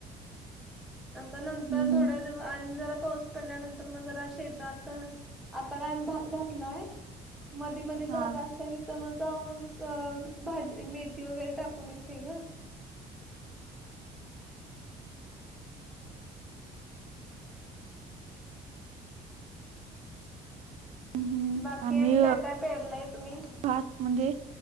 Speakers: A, in the centre; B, on the right.
A: आता नंतर
B: हम्म
A: थोड्या दिव ज पाऊस पडल्यानंतर मग जरा शेतात आता काय भात घातलाय मधी मध्ये जागा
B: हा
A: असत ति मजऊन भाजी मेथी वगैरे टाकून येते ग
B: ह् हम्म
A: बाकी
B: आम्ही
A: आणि काय काय पेरलंय तुम्ही
B: भात म्हणजे